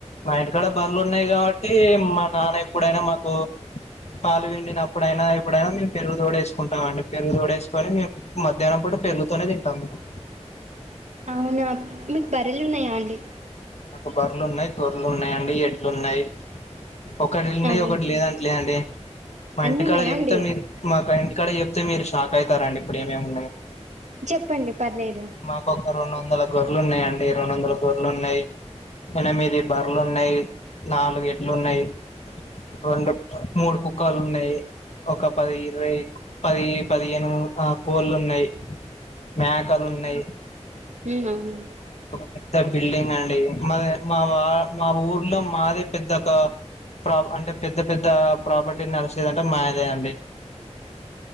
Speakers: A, on the left; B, on the right.
A: మా ఇంటి కాడ బర్లు ఉన్నాయి కావట్టి మా నాన్న ఎప్పుడైనా మాకు పాలు విండినప్పుడైనా ఎప్పుడైనా మేం పెరుగు దోడేసుకుంటాం అండి పెరుగు దోడేసుకని మేమ్ మధ్యాహ్నం పు డు పెరుగు తోనే దింటాం మేము
B: అవునా మీక్ బర్రెలు ఉన్నయా అండి
A: బర్లున్నయ్, గొర్లు ఉన్నాయండి, ఎడ్లు ఉన్నాయ్, ఒకటిలు ఉన్నాయి
B: అవును
A: ఒకటి లేదంట్లే అండి. మా
B: అన్నీ
A: ఇంటికాడ
B: ఉన్నాయా
A: జెప్తే
B: అండి
A: మీరు మాకు ఇంటికాడ జెప్తే మీరు షాక్ అయితారండి ఇప్పుడే మేము
B: చెప్పండి పర్లేదు
A: మాకు ఒక రెండొందల గొర్లు ఉన్నాయన్ డి రెండొందల గొర్లు ఉన్నయ్ ఎనిమిది బర్లున్నయ్ నాలుగు ఎడ్లు ఉన్నయ్ రెండు మూడు కుక్కలు ఉన్నయ్ ఒక పది ఇరవై పది పదిహేను ఆ కోళ్లు ఉన్నయ్ మాకలు ఉన్నయ్
B: ఉ అవునా అండి
A: పెద్ద బిల్డింగ్ అండి మా మావా మా ఊర్లో మాదే పెద్దకా ప్రా అంటే పెద్ద పెద్ద ప్రాపర్టీ నడిసేదంటే మాదే అండి